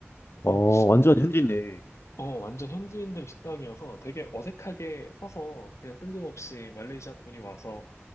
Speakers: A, on the left; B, on the left.
A: 어,
B: 그래서
A: 완전 현지네.
B: 어, 완전 현지인들 식당이어서 되게 어색하게 써서 그냥 뜬금없이 말레이시아 분이 와서